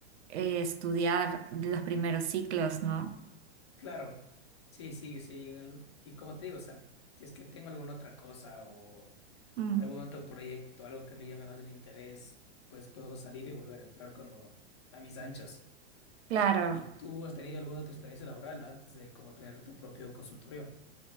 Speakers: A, on the right; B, on the left.
A: eh, estudiar los primeros ciclos, ¿no?
B: claro. Sí, sí, sí. en algo- Y como te digo, o sea, si es que tengo alguna otra cosa o
A: Mm,
B: algún otro proyecto, algo que me llame más el interés, pues puedo salir y volver a entrar cuando a mis anchas.
A: claro.
B: ¿Y tú has tenido alguna otra experiencia laboral antes de como tener tu propio consultorio?